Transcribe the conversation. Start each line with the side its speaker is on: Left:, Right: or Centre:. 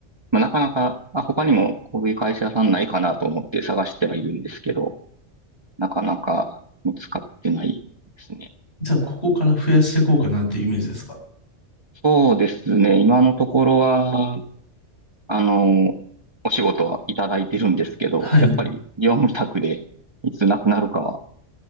Right: まあ、なかなか、あ、他にもこういう会社さんないかなと思って探してはいるんですけど、なかなか見つかってないですね。
Left: じゃあ、ここから増やしていこうかなっていうイメージですか
Right: そうですね。今のところは、あの、お仕事はいただいてるんですけど、
Left: はい。
Right: やっぱり業務委託でいつなくなるかは
Left: い